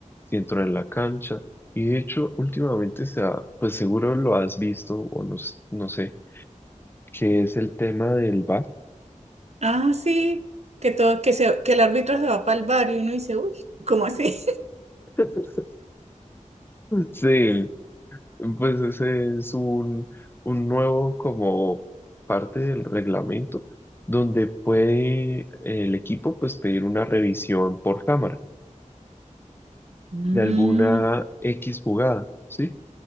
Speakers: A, on the left (about 15°); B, on the right (about 55°).
A: si entró en la cancha. Y de hecho, últimamente se ha, pues seguro lo has visto, o no, s- no sé, que es el tema del VAR.
B: Ah, sí, que todo, que se, que el árbitro se va para el bar y uno dice, uy, ¿cómo así?
A: <laughs> Sí, Pues ese es un, un nuevo como parte del reglamento donde puede el equipo pues pedir una revisión por cámara
B: Mm,
A: de alguna X jugada, ¿sí?